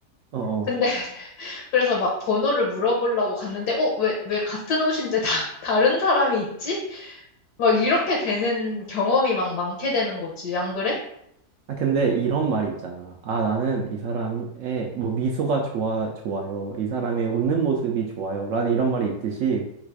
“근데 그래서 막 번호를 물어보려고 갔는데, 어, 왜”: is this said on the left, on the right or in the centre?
Left